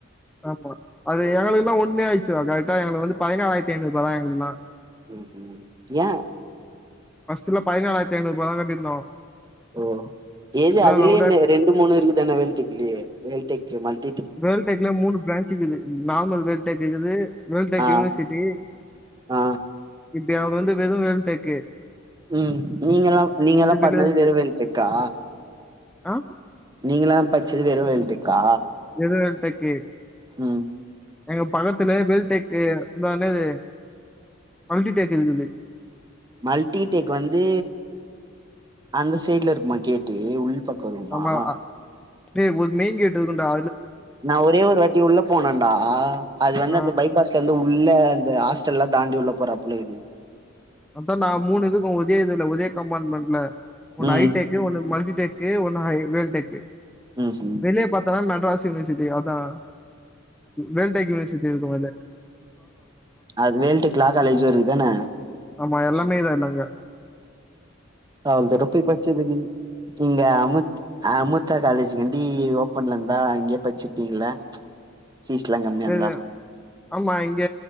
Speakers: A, in the centre; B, on the right.
A: மா அது எங்கள்ளுக்குல்லா ஒண்ணே ஆயிச்சுதா கரெக்டா எங்களுக்குந்து பதினாலத்தி நூறு தா எங்களுக்குல்லா
B: சேரி ஏ
A: ஃபஸ்ட்லா பதினாலாயிரத்தி ஐநூறு பதான் கட்டியிருந்தோ
B: ஓ ஏது அதுலயே
A: ரவுண்டா
B: ரெண்டு மூணு இருக்கு தானே வேல்டெக்குலையே வேல்டெக் மல்
A: வேல்டெக்ல மூணு பிரான்ச் இக்குது நார்மல் வேல்டெக் இக்குது வேல்டெக்
B: ஆ
A: யூனிவர்சிட்டி
B: ஆ
A: இப்டி அவங்க வந்து வெது வேல் டெக்கு
B: ம் நீங்க எல்லா நீங்க எல்லா பண்ணது
A: வெளியே
B: வெரு வேல்டெக்கா
A: ஆ
B: நீங்களல்லா பச்சது வெறு வேல்டெக்கா
A: வேல் டெக்கு
B: ம்
A: எங்க பக்கத்துல வெல்டெக் இந்தானது மல்டி டெக் இக்குது
B: மல்டிடெக் வந்து அந்த சைட்ல இருக்குமா கேட்டு உள்பக்க கருமா
A: ஆமா அ, டேய் ஒரு மெயின் கேட் இருக்கு டா
B: நான் ஒரே ஒரு வாட்டி உள்ள போனேன்டா அது வந்து
A: ஆ,
B: அந்த பைபாஸ் உள்ள அந்த ஹாஸ்டல்லா தாண்டி உள்ள போறப்பல இக்து
A: அதான் டா மூணு இதுக்கு ஒதே இதுல உதே கம்ப்பாமெண்ட்ல ஒன்
B: ம்
A: ஹை டெக்கு ஒன்னு மல்டிடெக் கு ஒன்ன வேல்டெக்கு
B: ம்ஹும்
A: வெளியே பாத்தனா மெட்ராஸ் ஸ் யூனிவர்சிட்டி அதான் வேல்டெக் யூனிவர்சிட்டி இருக்கும் அத்ல
B: அது வேல்டெக்கு லா காலேஜ்க்குதானே
A: ஆமா எல்லாமே இக்து அட்ன்னாங்க
B: அவ்ள்தூரருப்பாய் பச்சதுங்க இங்க அமுத் அமுத்தா காலேஜ் ப்யி ஓப்பன்ல இருந்தா அங்கயே பச்சிருப்பீங்கள ஃபீஸ்லா கம்மியா
A: சரி
B: இருந்தா
A: ஆமா இங்க